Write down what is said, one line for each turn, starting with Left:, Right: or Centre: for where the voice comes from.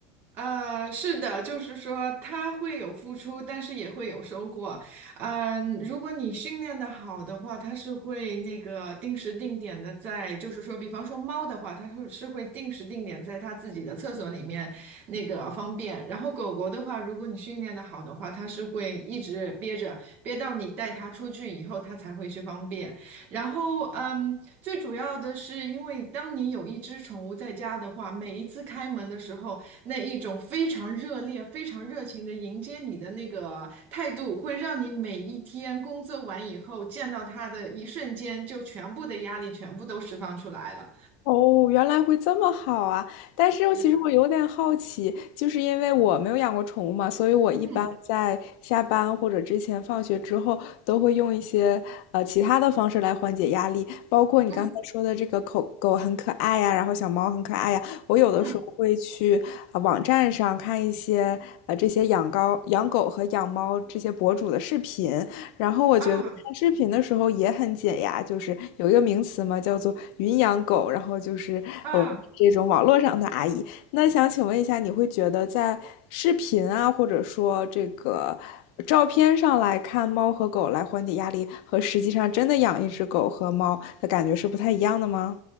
Right: 呃，是的，就是说它会有付出，但是也会有收获。嗯、如果你训练的好的话，它是会那个定时定点的在，就是说，比方说猫的话，它是是会定时定点在它自己的厕所里面那个方便。然后狗狗的话，如果你训练的好的话，它是会一直憋着，憋到你带它出去以后，它才会去方便。然后，嗯，最主要的是，因为当你有一只宠物在家的话，每一次开门的时候。那一种非常热烈、非常热情的迎接你的那个态度，会让你每一天工作完以后见到他的一瞬间，就全部的压力全部都释放出来了。
Left: 哦，原来会这么好啊！但是其实我有点好奇，
Right: 是的，
Left: 就是因为我没有养过宠物嘛，所以我一般在下班或者之前放学之后，
Right: 嗯
Left: 都会用一些呃其他的方式来缓解压力，包括你刚才说的这个狗狗很可爱呀，
Right: 嗯
Left: 然后小猫很可爱呀，我有的时候会去呃网站上看一些呃这些养高养狗和养猫这些博主的视频，
Right: 嗯，
Left: 然后我觉得看视频的时候也很解压，
Right: 啊
Left: 就是有一个名词嘛，叫做“云养狗”，然后就是呃我们这种网络上的阿姨。
Right: 啊。
Left: 那想请问一下，你会觉得在视频啊，或者说这个照片上来看猫和狗来缓解压力，和实际上真的养一只狗和猫的感觉是不太一样的吗？